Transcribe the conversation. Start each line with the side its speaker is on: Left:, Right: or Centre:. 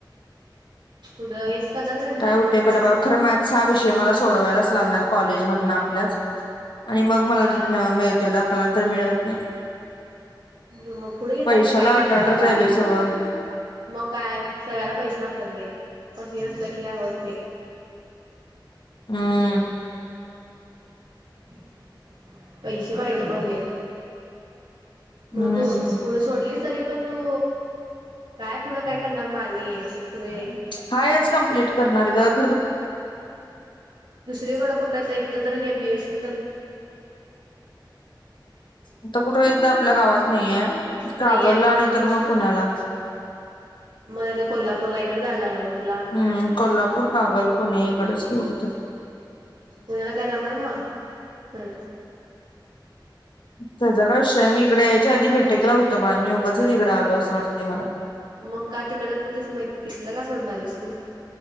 Right: <unintelligible> दुराणी
Left: काय होते
Right: टाकणार
Left: पहिला
Right: आहेस
Left: <unintelligible> खरं माझं सहा विष य मला सोडवालाच लागणार कॉलेजमधनं आपल्याच. आणि मग मला
Right: होय
Left: तिथनं मिळतोय दाखला. तर मिळत नाही.
Right: मग पुढे घेणार
Left: पैशाला
Right: होता काय घेणार
Left: अटाटच
Right: होता काय?
Left: आहे बाई सगळं
Right: मग काय सगळ्याला पैसे लागतात बाई प हे असलं की <unintelligible> नाही.
Left: हम्म
Right: <unintelligible> पैसे पाहिजे मम्मे? मग
Left: हम्म
Right: तू पुढं सोडली तरी, पण तु काय पुढं काय करणार म आणि? पुढे
Left: हा हेच कम्प्लीट करणार गपं.
Right: दुसरी कड कुठं? इतं तर हे बी एस सी
Left: आता कुठे आपल्या गावात नाहीय कागल
Right: नाही आहे मग
Left: ला आणि
Right: तुला
Left: तर
Right: दुस
Left: मग पुण्याला
Right: मला तर कोल्हापूरला इकडे जायला लागणार मग तुला
Left: हम्म कोल्हापूर, कागल, पुणे इकडचं तेवढीच आहे
Right: उद्याला काय जाणार म हं
Left: तेचा काय विषय आहे मी तिकडं याच्या आधी बि टेक ला होतो बाळ मी उगाचच इकड आलो असं वाटतय मला
Right: मग का तिकडं करत होतीस, म तिथलं का सोडून आलीस तू?